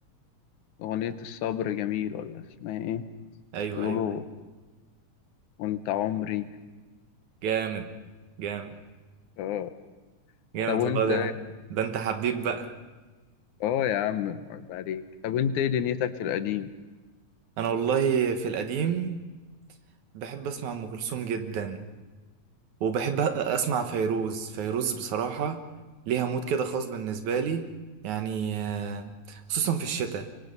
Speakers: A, on the left (about 80°); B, on the right (about 75°).
A: أغنية الصبر جميل ولا اسمها إيه
B: ايوه
A: بيقولوا
B: ايوه ايوه
A: وأنت عمري
B: جامد جامد
A: اه
B: جامد
A: طب وأنت
B: والله ده ده انت حبيب بقى
A: اه يا عم عيب عليك طب وأنت إيه دنيتك في القديم
B: انا والله في القديم بحب اسمع ام كلثوم جدا وبحب اسمع فيروز فيروز بصراحة ليها مود كده خاص بالنسبة لي يعني آه، خصوصا في الشتاء